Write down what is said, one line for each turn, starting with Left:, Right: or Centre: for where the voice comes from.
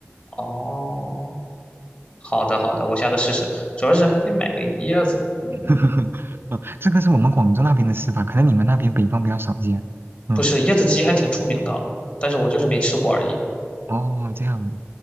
Left: 哦，好的好的，我下次试试。主要是还得买个椰子，嗯，
Right: <laughs> 嗯这个是我们广州那边的吃法，可能你们那边北方比较少见。嗯，
Left: 不是椰子鸡还挺出名的，但是我就是没吃过而已。
Right: 哦，这样的，